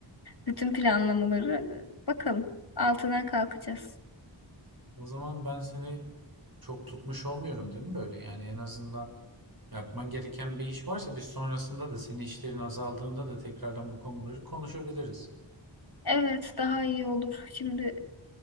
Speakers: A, on the left; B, on the right.
A: Bütün planlamaları bakalım. Altından kalkacağız.
B: O zaman ben seni çok tutmuş olmuyorum değil mi böyle? Yani en azından Yapman gereken bir iş varsa biz sonrasında da senin işlerin azaldığında da tekrardan bu konuları konuşabiliriz.
A: Evet, daha iyi olur. Şimdi